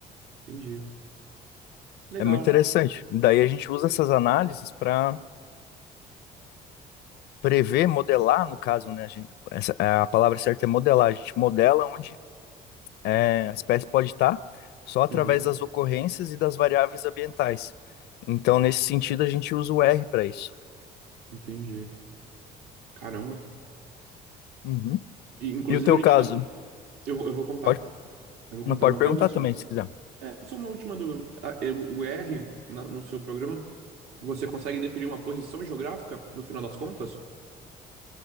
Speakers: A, on the right (about 75°); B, on the left (about 80°).
A: Entendi. Legal.
B: É muito interessante. Daí a gente usa essas análises para prever, modelar, no caso, né? A, gente- essa- é, a palavra certa é modelar. A gente modela onde é, a espécie pode estar só através
A: Uhum,
B: das ocorrências e das variáveis ambientais. Então, nesse sentido, a gente usa o R para isso.
A: entendi. Caramba.
B: Uhum.
A: E, inclusive,
B: E o teu
A: ele
B: caso?
A: te dá um. Eu vou, eu vou contar.
B: Pode,
A: Eu vou contar
B: pode
A: meu caso
B: perguntar
A: assim.
B: também, se quiser.
A: É, só uma última dúvida. A- eu- O R, na- no seu programa, você consegue definir uma posição geográfica no final das contas?